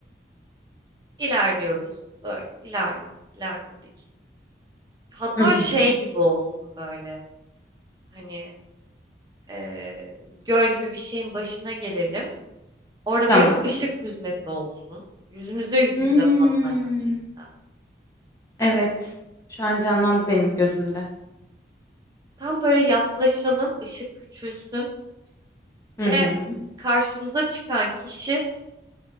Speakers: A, on the right; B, on the left.
A: İlerliyoruz böyle. ilerledik ilerledik. Hatta
B: <laughs> Hı hı.
A: şey gibi olsun böyle. Hani eee, göl gibi bir şeyin başına gelelim. Orada
B: Tamam.
A: böyle bir ışık hüzmesi olsun. Yüzümüze yüzümüze
B: Hmm,
A: patlayan cinsten.
B: Evet. Şu an canlandı benim gözümde.
A: Tam böyle yaklaşalım, ışık küçülsün. ve
B: Hı hı.
A: karşımıza çıkan kişi